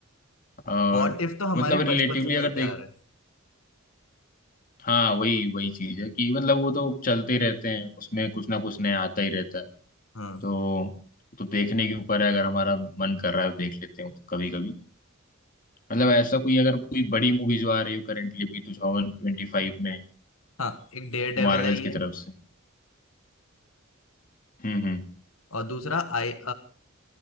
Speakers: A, on the left; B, on the left.
A: और
B: वॉट इफ तो हमारे
A: मतलब
B: बचपन
A: रिलेटिवली
B: से
A: अगर
B: चलते
A: देख
B: आ रहे हैं
A: हाँ वही वही चीज है कि मतलब वो तो चलते ही रहते हैं उसमें कुछ ना कुछ नया आता ही रहता है
B: हाँ
A: तो तो देखने के ऊपर है अगर हमारा मन कर रहा है तो देख लेते हैं तो कभी कभी मतलब ऐसा कोई अगर कोई बड़ी मूवी जो आ रही हो करेंटली भी टू थाउजेंड ट्वेंटी फाइव में
B: हाँ एक डेयर डेविल
A: मार्वल्स
B: आई
A: की
B: है
A: तरफ से हम्म हम्म
B: और दूसरा आई